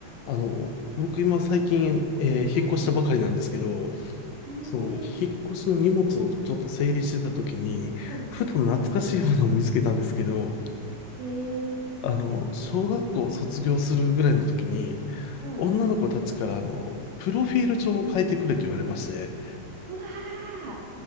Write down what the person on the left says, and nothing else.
あの、僕今最近、えー引っ越したばかりなんですけど、
その、引っ越しの荷物をちょっと整理してた時に、
ふと懐かしいものを見つけたんですけど、
あの、小学校を卒業するぐらいの時に、
女の子たちからあの、プロフィール帳を書いてくれと言われまして、